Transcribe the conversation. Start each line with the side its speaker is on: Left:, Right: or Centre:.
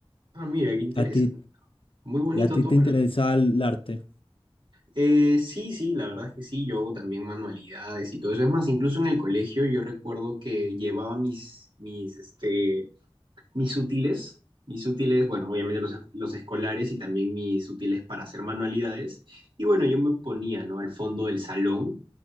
Right: Ah, mira, qué interesante.
Left: ¿A ti
Right: Muy bonito
Left: ¿Y a ti
Right: todo,
Left: te interesa el arte?
Right: Eh, sí, sí, la verdad es que sí, yo hago también manualidades y todo eso. Es más, incluso en el colegio yo recuerdo que llevaba mis, mis, este, mis útiles, mis útiles, bueno, obviamente los, los escolares y también mis útiles para hacer manualidades. Y bueno, yo me ponía, ¿no? Al fondo del salón,